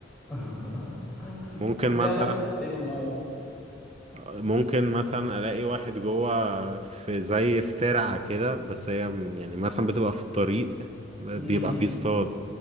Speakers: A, in the centre; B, on the right.
A: <laughs>
B: ممكن
A: طب في
B: مثلا
A: أماكن تقريبا معينة
B: ممكن مثلا الاقي واحد جوه في زي في ترعة كده بس هي م- يعني مثلا بتبقى في الطريق بيبقى
A: امم
B: بيصطاد